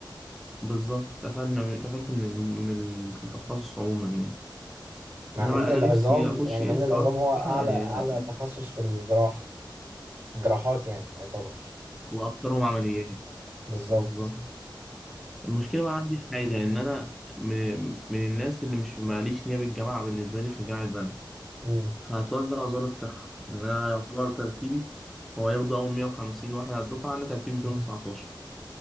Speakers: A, in the centre; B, on the right (about 35°).
A: بالظبط اتقفلنا اتقفلت من الم- من التخصص عموما يعني
B: مع
A: انما
B: ان العظام
A: انا نفسي اخش
B: يعني
A: ايه
B: مع ان
A: الصراحه
B: العظام هو اعلى
A: يعني
B: اعلى
A: ه-
B: تخصص في الجراح الجراحات يعني يعتبر
A: واكثرهم عمليات
B: بالظبط
A: بالظبط المشكله بقى عندي في حاجه ان انا من, من الناس اللي مش ماليش نيابه الجامعه بالنسبه لي في جامعه بنها
B: مم،
A: فهتوزع وزاره الصحه لان انا يعتبر ترتيبي هو ياخدوا اول 150 واحد على الدفعه انا ترتيبي 219
B: مم.